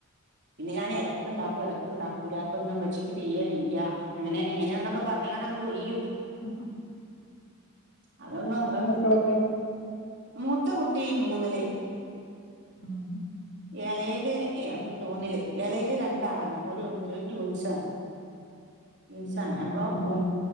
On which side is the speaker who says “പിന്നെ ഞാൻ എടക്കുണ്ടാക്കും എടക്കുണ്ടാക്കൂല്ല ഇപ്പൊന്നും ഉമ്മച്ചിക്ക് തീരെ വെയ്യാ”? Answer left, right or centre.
Right